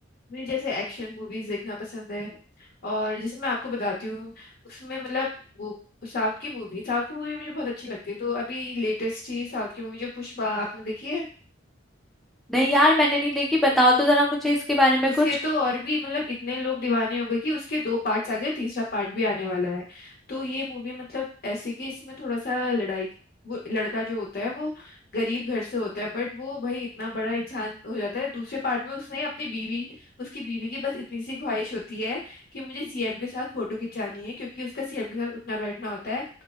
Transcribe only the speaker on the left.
मुझे जैसे एक्शन मूवीज देखना पसंद है और जैसे मैं आपको बताती हूँ उसमें मतलब वो साउथ की मूवी साउथ की मूवी मुझे बहुत अच्छी लगती है तो अभी लेटेस्ट ही साउथ की मूवी जो पुष्पा आपने देखी है
उसके
तो और भी मतलब इतने लोग दीवाने हो गए कि उसके दो पार्ट्स आ गए तीसरा पार्ट भी आने वाला है तो ये मूवी मतलब ऐसे कि इसमें थोड़ा सा लड़ाई वो लड़का जो होता है वो गरीब घर से होता है बट वो भाई इतना बड़ा इंसान हो जाता है दूसरे पार्ट में उसने अपनी बीवी उसकी बीवी की बस इतनी सी ख्वाहिश होती है कि मुझे सीएम के साथ फोटो खिंचानी है क्योंकि उसका सीएम के साथ उठना बैठना होता है